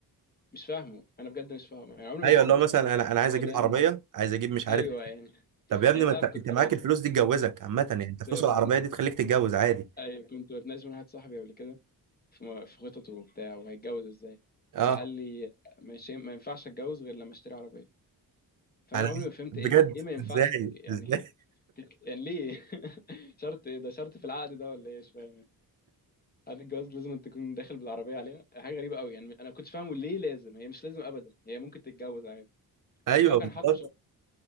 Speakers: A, on the left; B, on the right.
A: مش فاهمه انا بجد مش فاهمه يعني عمري
B: ايوه
A: ما فهمته
B: اللي هو مثلا انا انا عايز
A: هو
B: اجيب
A: ده
B: عربية عايز اجيب مش عارف
A: ايوه يعني
B: طب يا ابني
A: يعني تعرف
B: ما انت انت
A: كنت
B: معاك
A: كنت
B: الفلوس دي تجوزك عامة يعني انت فلوس
A: بت...
B: العربية دي تخليك تتجوز عادي
A: أيوة كنت بتناقش مع واحد صاحبي قبل كده في م- في خططه وبتاع وهيتجوز ازاي
B: اه
A: فقال لي مش ما ينفعش اتجوز غير لما اشتري عربيه فانا
B: انا
A: عمري ما فهمت
B: بجد
A: ايه ليه ما ينفعش
B: ازاي
A: تج- يعني
B: ازاي
A: يعني ليه <laughs> شرط ايه ده شرط في العقد ده ولا ايه مش فاهم يعني عقد الجواز لازم أن تكون داخل بالعربيه عليها حاجه غريبه قوي يعني انا ما كنتش فاهمه ليه لازم هي مش لازم ابدا هي ممكن تتجوز عادي
B: <laughs> ايوه
A: بس هو كان
B: بالظبط
A: حاطه شرط